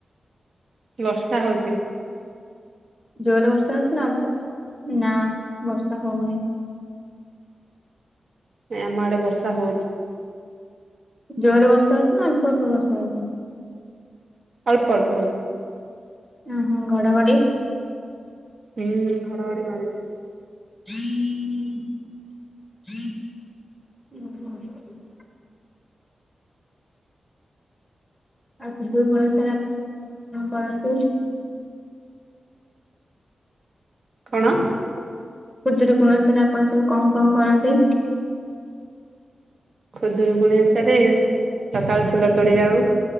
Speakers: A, on the right; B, in the centre.
A: ବର୍ଷା ହଉଚି।
B: ଜୋରେ ବର୍ଷା ହଉଚି ନା ଅଳ୍ପ? ନା ବର୍ଷା ହଉନି।
A: ଆମ ଆଡେ ବର୍ଷା ହଉଚି।
B: ଜ୍ୱର୍ରେ ବର୍ଷା ହେଉଛି ନା ଅଳ୍ପ ଅଳ୍ପ ବର୍ଷା ହେଉଛି?
A: ଅଳ୍ପ ଅଳ୍ପ ହେଉଛି।
B: ଓ ହୋ ଘଡଘଡି?
A: ହୁଁ ଘଡଘଡି ମାରୁଛି
B: <inaudible> <unintelligible> କରନ୍ତି।
A: କଣ?
B: ହୁଦରୁ କୋଣ ସରେ ଆପଣ ସବୁ କଣ କଣ କରନ୍ତି?
A: ଖୁଦରୁକୁୁଣି ଏସାରେ ସକାଳୁ ଫୁଲ ତୋଳି ଯାଉ,